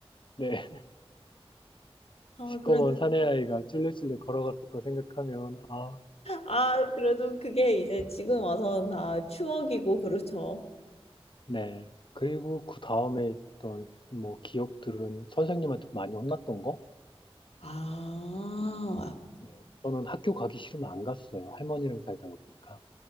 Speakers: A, on the left; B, on the left.
A: 네.
B: 아,
A: 시꺼먼
B: 그래,
A: 사내아이가 쫄래쫄래 걸어갔을 거 생각하면, 아,
B: 아, 그래도 그게 이제 지금 와서 다 추억이고, 그렇죠.
A: 네. 그리고 그 다음에 있던 뭐 기억들은 선생님한테 많이 혼났던 거?
B: 아,
A: 네. 저는 학교 가기 싫으면 안 갔어요. 할머니랑 살다가 보니까.